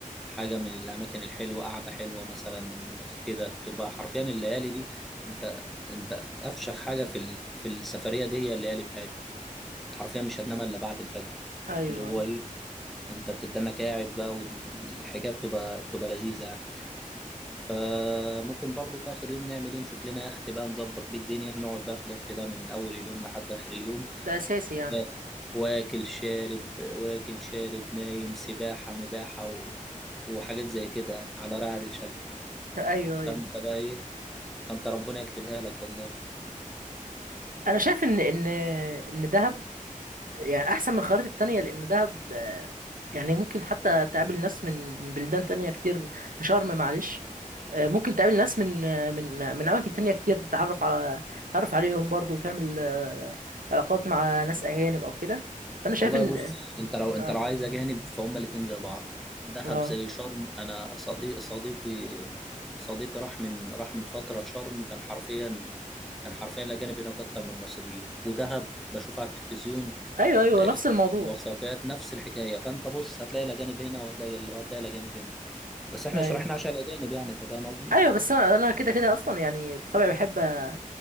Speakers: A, in the centre; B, on the right (about 80°).
A: حاجه من الاماكن الحلوه قاعده حلوه مثلا كده تبقى حرفيا الليالي دي انت انت افشخ حاجه في ال... في السفريه دي هي الليالي بتاعتها انت حرفيا مش هتنام الا بعد الفجر
B: ايوه
A: اللي هو
B: ايوه
A: ايه انت بتدنك قاعد بقى والحكايه بتبقى بتبقى لذيذه يعني فممكن برضو في اخر يوم نعمل ايه نشوف لنا يخت بقى نظبط بيه الدنيا نقعد بقى في اليخت ده من اول اليوم لحد اخر اليوم
B: ده اساسي يعني
A: لا واكل شارب واكل شارب نايم سباحة مباحة و... وحاجات زي كده على رعد الشكل
B: <laughs> ايوه ايوه
A: فانت بقى ايه فانت ربنا يكتبها لك والله
B: انا شايف ان ان ان دهب يعني احسن من الخيارات التانية لان دهب آه، يعني ممكن حتى تقابل ناس من من بلدان تانية كتير في شرم معلش آه، ممكن تقابل ناس من آه، من آه، من اماكن تانية كتير تتعرف على تتعرف عليهم برضو وتعمل آه، علاقات مع ناس اجانب او كده فانا شايف
A: والله
B: ان
A: بص انت لو انت
B: اه
A: لو عايز اجانب فهم الاتنين زي بعض دهب
B: آه.
A: زي شرم انا صديق صديقي صديقي راح من راح من فترة شرم كان حرفيا كان حرفيا الاجانب هناك اكتر من المصريين ودهب بشوف على التلفزيون
B: ايوه ايوه
A: ال-
B: نفس الموضوع
A: الوثائقيات نفس الحكاية فانت بص هتلاقي الاجانب هنا وهتلاقي وهتلاقي الاجانب هنا بس احنا
B: ايوه
A: شرحنا عشان الاجانب يعني انت فاهم قصدي
B: ايوه بس انا انا كده كده اصلا يعني بطبعي بحب اتعرف